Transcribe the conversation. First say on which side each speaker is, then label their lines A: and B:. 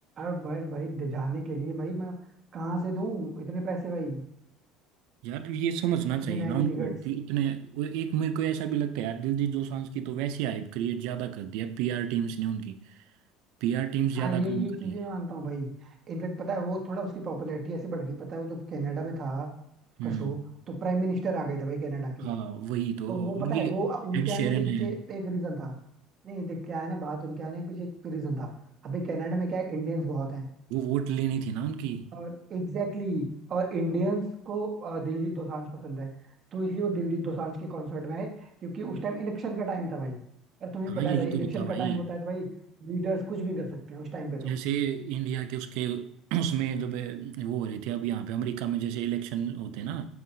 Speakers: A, on the right; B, on the right.
A: अब भाई भाई जाने के लिए भाई मैं कहाँ से दूं इतने पैसे भाई
B: यार ये समझना
A: इतनी
B: चाहिए
A: महंगी
B: ना उनको
A: टिकट
B: कि इतने वो एक मेरे को ऐसा भी लगता है यार दिलजीत दोसांझ की तो वैसी हाइप क्रिएट ज्यादा कर दिया पीआर टीम्स ने उनकी पीआर टीम्स ज्यादा
A: हाँ ये
B: काम
A: ये
B: कर
A: चीजें
B: रही है
A: मैं मानता हूँ भाई इनफेक्ट पता है वो थोड़ा उसकी पॉपुलैरिटी ऐसे बढ़ गई पता है वो जब कनाडा में था उसका
B: हम्म
A: शो तो प्राइम मिनिस्टर आ गए थे भाई कनाडा के
B: हाँ वही तो
A: तो वो
B: और
A: पता है
B: ये
A: वो उनके
B: एड
A: आने
B: शेरन
A: के पीछे
B: है
A: एक रीजन था नहीं देख क्या है ना बात उनके आने के पीछे एक रीजन था अभी कनाडा में क्या है इंडियंस बहुत हैं
B: वो वोट लेनी थी ना उनकी
A: और एग्जैक्टली exactly, और इंडियंस को अ, दिलजीत दोसांझ पसंद है तो इसलिए वो दिलजीत दोसांझ के कॉन्सर्ट में आए क्योंकि उस टाइम इलेक्शन का टाइम था भाई और तुम्हें
B: हाँ
A: पता
B: यही
A: है भाई इलेक्शन
B: तो होता भाई
A: का टाइम होता है तो भाई लीडर्स कुछ भी कर सकते हैं उस टाइम पे तो
B: जैसे इंडिया के उसके उसमें जब ए, वो हो रही थी अब यहाँ पे अमेरिका में जैसे इलेक्शन होते हैं ना